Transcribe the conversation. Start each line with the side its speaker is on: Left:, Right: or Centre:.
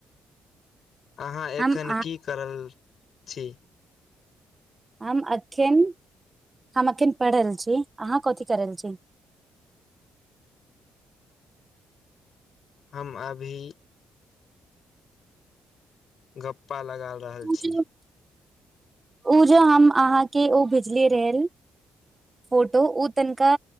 Left: अहाँ एखन
Right: हम आ
Left: की करल छी
Right: हम अखेन हम अखेन पढ़ रहल छी अहाँ कथी कर रहल छी
Left: हम अभी गप्पा लगा रहल
Right: ओ
Left: छी
Right: जो उ जे हम अहाँके उ भेजलीयै रहल फोटो उ तनिका